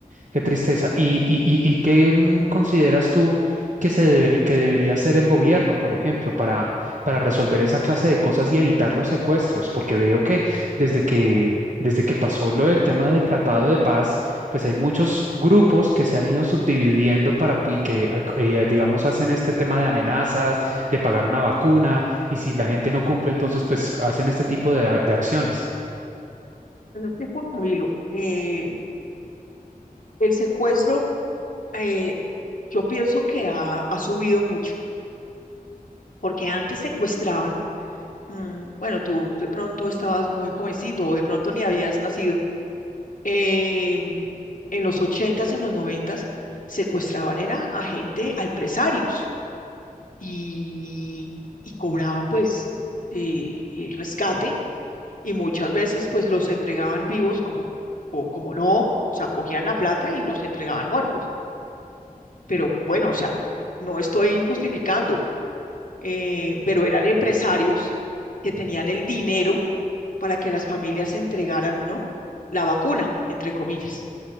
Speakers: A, on the right; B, on the left.
A: Qué tristeza. ¿Y, y, y, y qué mm, consideras tú que se debería, que debería hacer el gobierno, por ejemplo, para, para resolver esa clase de cosas y evitar los secuestros? Porque veo que desde que, desde que pasó lo del tema del Tratado de Paz, pues hay muchos grupos que se han ido subdividiendo para, y que, ac- eh, digamos, hacen este tema de amenazas, de pagar una vacuna, y si la gente no cumple, entonces, pues hacen este tipo de, a- de acciones.
B: Pero es que Juan Camilo, eh, el secuestro, eh, yo pienso que ha, ha subido mucho, porque antes secuestraban, mm, bueno, tú de pronto estabas muy jovencito o de pronto ni habías nacido. eh, en los ochentas, en los noventas, secuestraban era a gente, a empresarios. y, y cobraban pues eh, el rescate y muchas veces pues los entregaban vivos como, o como no, o sea, cogían la plata y los entregaban muertos. Pero bueno, o sea, no estoy justificando, eh, pero eran empresarios que tenían el dinero para que las familias entregaran, ¿no? La vacuna, entre comillas.